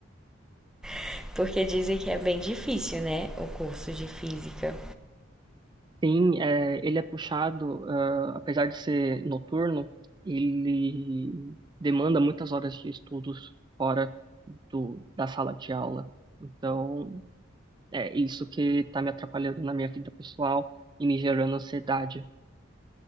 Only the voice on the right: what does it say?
Sim, é, ele é puxado, ah, apesar de ser noturno, ele demanda muitas horas de estudos fora do, da sala de aula. Então, é isso que está me atrapalhando na minha vida pessoal e me gerando ansiedade.